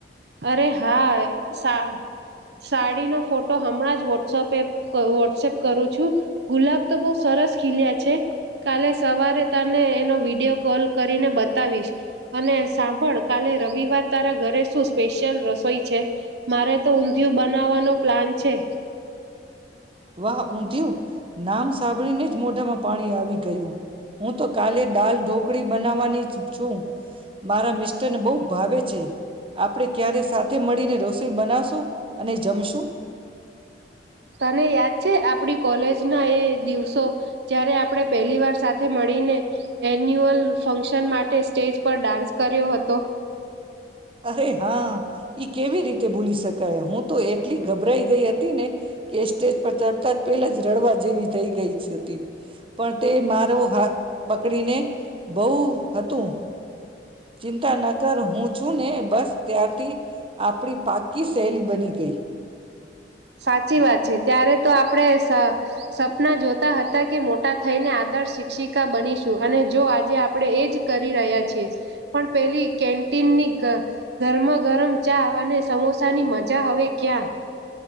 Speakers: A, on the right; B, on the right.
A: અરે હા સા સાડીનો ફોટો હમણાં જ વોટ્સપે ક વોટ્સપ કરું છું. ગુલાબ તો બહુ સરસ ખીલ્યા છે. કાલે સવારે તને એનો વિડીયો કોલ કરીને બતાવીશ. અને સાંભળ કાલે રવિવાર તારા ઘરે શું સ્પેશિયલ રસોઈ છે. મારે તો ઊંધિયું બનાવવાનો પ્લાન છે.
B: વાહ ઊંધિયુ, નામ સાંભળીને જ મોઢામાં પાણી આવી ગયું. હું તો કાલે દાલ ઢોકળી બનાવવાની છી છું. મારા મિસ્ટરને બહુ ભાવે છે. આપડે ક્યારે સાથે મળીને રોસ તે બાનાશું અને જમશું.
A: તને યાદ છે આપણી કોલેજના એ દિવસો જ્યારે આપણે પહેલી વાર સાથે મળીને એન્યુઅલ ફંક્શન માટે સ્ટેજ પર ડાન્સ કર્યો હતો
B: અરે હા ઈ કેવી રીતે ભૂલી શકે હું તો એટલી ગભરાઈ ગઈ હતી ને કે સ્ટેજ પર તડતા પેલા જ રડવા જેવી થઈ ગઈ હતી પણ તે મારો હાથ પકડીને બહુ હતું ચિંતા ન કર હું છું ને બસ ત્યાંથી આપડી પાકી શહેલી બની ગઈ
A: સાચી વાત છે ત્યારે તો આપણે સ સપના જોતા હતા કે મોટા થઈને આદર્શ શિક્ષિકા બનીશું અને જો આજે આપણે એજ કરી રહ્યા છીએ પણ પેલી કેન્ટીનની ગરમાં ગરમ ચા અને સમોસાની મજા હવે ક્યાં